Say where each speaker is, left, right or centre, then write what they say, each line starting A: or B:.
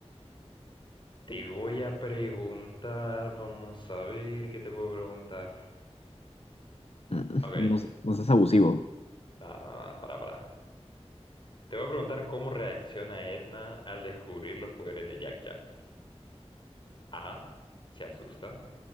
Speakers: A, on the left; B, on the left.
A: Te voy a preguntar, vamos a ver qué te puedo preguntar.
B: mm,
A: Ok.
B: No, s- no seas abusivo.
A: Nada, nada, nada. Para, para. Te voy a preguntar cómo reacciona Edna al descubrir los poderes de Jack Jack. A. Se asusta.